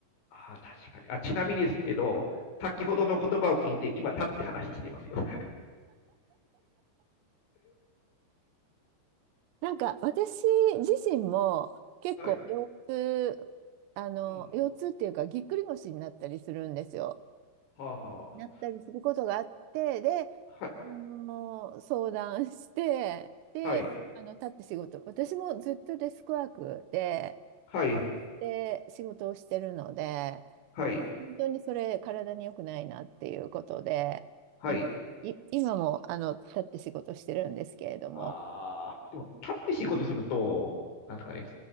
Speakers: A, on the left (about 75°); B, on the right (about 80°).
A: あ、確かに。あ、ちなみにですけど、先ほどの言葉を聞いて、今、立って話していますよ。
B: なんか私自身も結構腰痛、
A: <laughs> はい。
B: あの腰痛っていうかぎっくり腰になったりするんですよ。
A: うん。はあ、は
B: なったりすることがあって、で、
A: あ。はい、
B: あの相談して、で、
A: は
B: あの立って仕事、私もずっとデスクワークで、
A: い、
B: で、仕事をしてるので、
A: はい、
B: 本当にそれ体に良くないなっていうことで、
A: はい。
B: い、い今もあの立って仕事してるんですけれども。
A: ああー、でも、立って仕事すると、なんですかね、